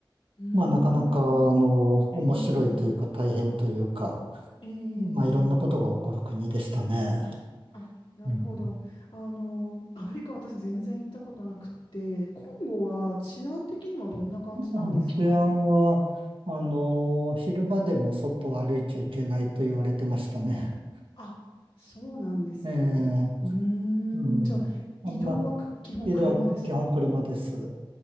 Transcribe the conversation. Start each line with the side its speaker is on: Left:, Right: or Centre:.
Left: うーん。
Right: まあ、なかなか、あの、面白いというか大変というか、
Left: ええええ
Right: まあ、いろんなことが起こる国でしたね。
Left: あ、なるほど。
Right: うん。
Left: あの、アフリカ私全然行ったことなくて、コンゴは治安的にはどんな感じなんですか
Right: あ治安は、あの、昼間でも外を歩いちゃいけないと言われてましたね。
Left: あ、そうなんですね。
Right: <laughs> ええ、
Left: うーん、
Right: うん。
Left: じゃあ、
Right: あんま、
Left: 移動はく基本車ですか
Right: 色は基本車です。